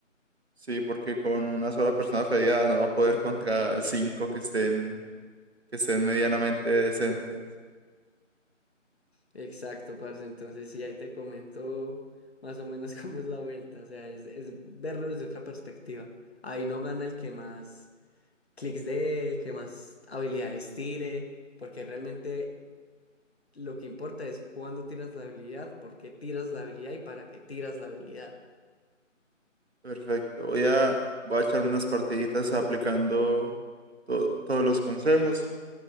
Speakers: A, on the right (about 55°); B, on the left (about 50°).
A: Sí, porque con una sola persona fedeada no va a poder contra cinco que estén, que estén medianamente decentes.
B: Exacto, parce. Entonces, sí, ahí te comento más o menos <laughs> cómo es la vuelta. O sea, es, es verlo desde otra perspectiva. Ahí no gana el que más clics de él, qué más habilidades tire, porque realmente lo que importa es cuándo tiras la habilidad, por qué tiras la habilidad y para qué tiras la habilidad.
A: Perfecto. Voy a, voy a echar unas partiditas aplicando to- todos los consejos